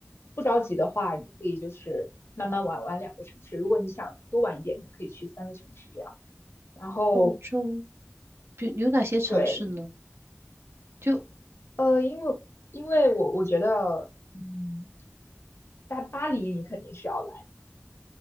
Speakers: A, on the left; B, on the right.
A: 不着急的话，你可以就是慢慢玩玩两个城市。如果你想多玩一点，你可以去三个城市这样。然后
B: 欧洲，比有哪些城市呢？
A: 对，
B: 就
A: 呃，因为因为我我觉得嗯。在巴黎，你肯定是要来。